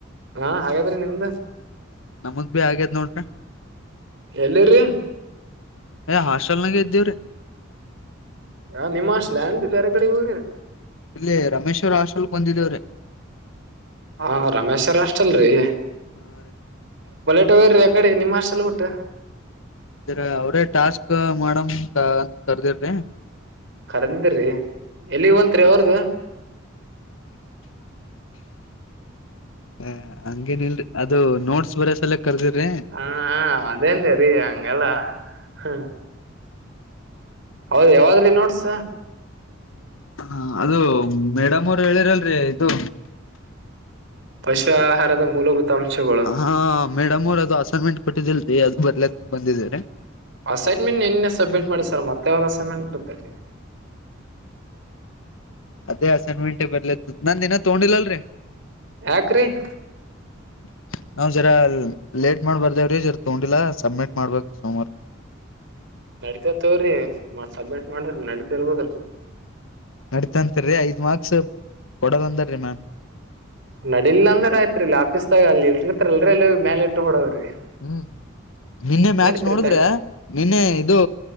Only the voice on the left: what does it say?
ನಮಗ್ ಭಿ ಆಗ್ಯದ್ ನೋಡ್ರಿ
ಏ ಹಾಸ್ಟೆಲ್ನಾಗ ಇದ್ದೇವ್ರೀ
ಇಲ್ಲೇ ರಮೇಶ್ವರ್ ಹಶೋಲ್ಕ್ ಬಂದಿದೇವ್ರೆ
ಹಾ ರ
ಇದ್ರ ಅವ್ರೇ ಟಾಸ್ಕ್ ಮಾಡಮ ಅಂತ ಕರ್ದಿರ್ರಿ
ಹ ಹಂಗೇನ ಇಲ್ರಿ ಅದು ನೋಡ್ಸ್ ಬರ ಸಲ ಕರ್ದಿರ್ರಿ
ಹ ಅದು ಮೇಡಮ್ ಅವರು ಹೇಳಿರಲ್ರಿ ಆಯ್ತು
ಹಾ ಮೇಡಮ್ ಅವರು ಅದು ಅಸೈನ್ಮೆಂಟ್ ಕೊಟ್ಟಿದ್ದಿಲ್ರರಿ ಅದು ಬರ್ಲಕ್ಕೆ ಬಂದಿದರಿ.
ಅದೇ ಅಸೈನ್ಮೆಂಟ್ ಬರ್ಲ ನಂದ ದಿನ ತಗೊಂಡಿಲ್ಲಲ್ರರಿ.
<inaudible> ನಾವ್ ಜರ ಲೇಟ್ ಮಾಡ್ಬರ್ವ್ರೀ ಜರ ತಗೊಂಡಿಲ್ಲಾ ಸಬ್ಮಿಟ್ ಮಾಡ್ಬೇರಿ ಸೋಮವಾರ. <inaudible>
ನಡತಂತರಿರಿ ಐದ್ ಮಾರ್ಕ್ಸ್ ಕೊಡದಂದ್ರೀ ಮ್ಯನ್ <unintelligible>
ಹ್ಮ್ ನಿನ್ನೆ ಮ್ಯಾಚ್
ನೋಡಿದ್ರೆ
ನಿನ್ನೆ ಇದು.